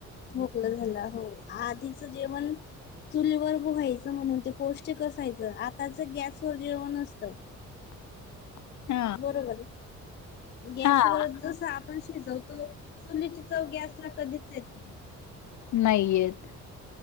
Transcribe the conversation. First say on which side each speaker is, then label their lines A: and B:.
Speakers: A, on the left; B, on the left.
A: खकलं झालं हो आधीचं जेवण चुलीवर बुहायचं म्हणून ते पौष्टिक असायचं आताच गॅसवरर जेवण असत.
B: <inaudible> हां,
A: बरोबर गॅसवर.
B: हां,
A: जस आपण शिजवतो चुलीची चव गॅसला कधीच येत नाही.
B: नाहीयेत